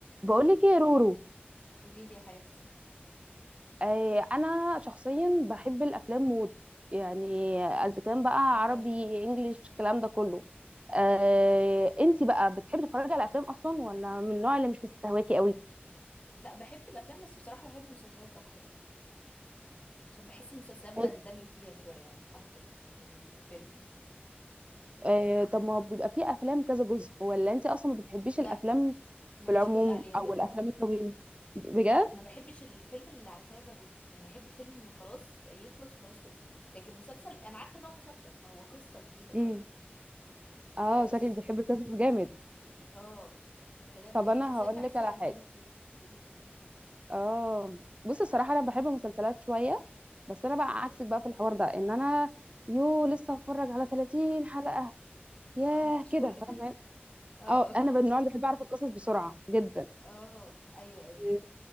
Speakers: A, on the right; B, on the left.
A: بقولك ايه يا رورو
B: قولي لي يا حبيبتي
A: آه انا شخصيا بحب الافلام موت يعني اذا كان بقى
B: اه
A: عربي انجليش الكلام ده كله آه انتي بقى بتحبي تتفرجي على افلام اصلا ولا من النوع اللي مش بيستهواكي قوي
B: لا بحب الافلام بس بصراحه بحب المسلسلات اكتر عشان بحس المسلسلات
A: بتحب-
B: بندمج فيها شويه يعني اكتر يعني من الفيلم يعني
A: آه طب ما بيبقى فيه افلام كذا جزء ولا انتي اصلا ما بتحبيش
B: لا
A: الافلام
B: ماليش
A: في العموم
B: خلق عليها
A: او
B: بجد
A: الافلام الطويله بجد
B: لا لا ما بحبش الفيلم اللي على كذا جزء يعني احب فيلم خلاص يخلص وخلاص خلص لكن مسلسل انا عارفه ان هو مسلسل فهو قصه كبيره
A: امم
B: فاهمه
A: اه
B: آه بس
A: شكلك بتحبي القصص جامد
B: اه بجد
A: طب
B: يعني
A: انا
B: مسلسلات
A: هقول
B: بحس
A: لك على
B: بندمج
A: حاجه
B: فيها قولي لي
A: اه بصي الصراحه انا بحب المسلسلات شويه بس انا بقى عكسك بقى في الحوار ده ان انا يو لسه هتفرج على 30 حلقه ياه
B: اه مالكيش
A: كده
B: خلق <laughs>
A: فاهمه
B: اه
A: اه
B: اه
A: انا من النوع اللي بحب اعرف القصص بسرعه جدا
B: اه ايوه ايوه
A: إيه،